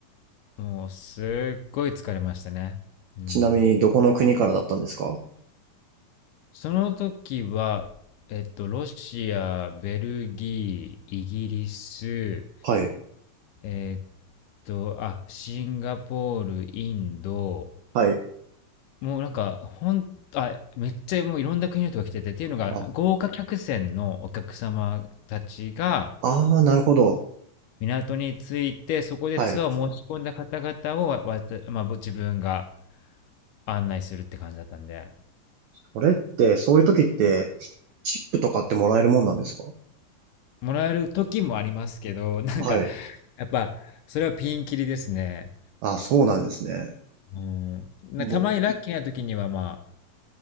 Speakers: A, on the left; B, on the right.
A: もうすっごい疲れましたね。うん。
B: ちなみにどこの国からだったんですか
A: その時は、えっと、ロシア、ベルギー、イギリス、
B: はい、
A: えっと、あ、シンガポール、インド、
B: はい。
A: もうなんか、ほんあ、めっちゃもういろんな国の人が来てて、っていうのが、
B: あ、
A: 豪華客船のお客様たちが
B: ああ、なるほど。
A: 港に着いて、そこでツアーを申し込んだ方々をわわた、
B: はい。
A: まあ、ぼ自分が案内するって感じだったんで、
B: それって、そういう時って、チップとかってもらえるもんなんですか
A: もらえる時もありますけど、<laughs> なんか、
B: はい。
A: やっぱ、それはピンキリですね。
B: あ、そうなんですね。
A: うん。なたまにラッキーな時には、
B: 僕、
A: ま